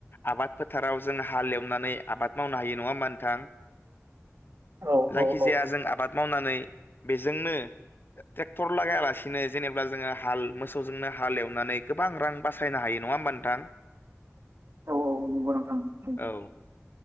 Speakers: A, on the left; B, on the right.
A: आबाद फोथाराव जों हाल एवनानै आबाद मावनो हायो नङा होमबा नोंथां
B: औ
A: जायखिजाया
B: औ औ
A: जों आबाद मावनानै बेजोंनो ट्रेक्टर लागायालासिनो जेनेबा जोङो हाल मोसौजोंनो हालेवनानै गोबां रां बासायनो हायो नङा होमबा नोंथां?
B: <inaudible>
A: औ